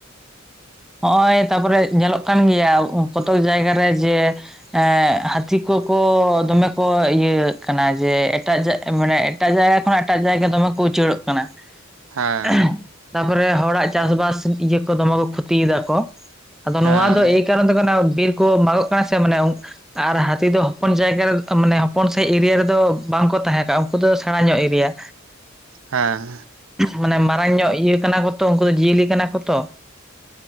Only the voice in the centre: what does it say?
ᱦᱚᱜᱼ ᱚᱭ ᱛᱟᱯᱚᱨᱮ ᱧᱮᱞᱚᱜ ᱠᱟᱱ ᱜᱮᱭᱟ ᱠᱚᱛᱚᱠ ᱡᱟᱭᱜᱟ ᱨᱮ ᱡᱮ ᱦᱮᱸ.. ᱦᱟᱹᱛᱷᱤ ᱠᱚᱠᱚ ᱫᱚᱢᱮ ᱠᱚ ᱤᱭᱟᱹᱜ ᱠᱟᱱᱟ ᱡᱮ ᱮᱴᱟᱜ <unintelligible> ᱢᱟᱱᱮ ᱮᱴᱟᱜ ᱡᱟᱭᱜᱟ ᱠᱷᱚᱱ ᱮᱴᱟᱜ ᱡᱟᱭᱜᱟ ᱫᱚᱢᱮ ᱠᱚ ᱩᱪᱟᱹᱲᱚᱜ ᱠᱟᱱᱟ
<unintelligible> ᱛᱟᱯᱚᱨᱮ ᱦᱚᱲᱟᱜ ᱪᱟᱥ ᱵᱟᱥ ᱤᱭᱟᱹ ᱠᱚ ᱫᱚᱢᱮ ᱠᱚ ᱠᱷᱚᱛᱤ ᱮᱫᱟ ᱠᱳ ᱟᱫᱳ
ᱱᱚᱣᱟ ᱫᱚ ᱮᱭ ᱠᱟᱨᱚᱱ ᱛᱮ <unintelligible> ᱵᱤᱨ ᱠᱚ ᱢᱟᱜ ᱚᱜ ᱠᱟᱱᱟ ᱥᱮ ᱢᱟᱱᱮ ᱟᱨ ᱦᱟᱹᱛᱷᱤ ᱫᱚ ᱦᱚᱯᱚᱱ ᱡᱟᱭᱜᱟ ᱨᱮ ᱢᱟᱱᱮ ᱦᱚᱯᱚᱱ ᱥᱟᱦᱤᱡ ᱮᱨᱤᱭᱟ. ᱨᱮᱫᱚ ᱵᱟᱝᱠᱚ ᱛᱟᱦᱮᱸᱠᱚᱜᱼᱟ ᱩᱱᱠᱩ ᱫᱚ ᱥᱮᱬᱟ ᱧᱚᱜ ᱮᱨᱤᱭᱟ.
ᱢᱟᱱᱮ ᱢᱟᱨᱟᱝ ᱧᱚᱜ ᱤᱭᱟᱹ ᱠᱟᱱᱟ ᱠᱚ ᱛᱚ ᱩᱱᱠᱩ ᱫᱚ ᱡᱤᱭᱟᱹᱞᱤ ᱠᱟᱱᱟ ᱠᱚ ᱛᱚ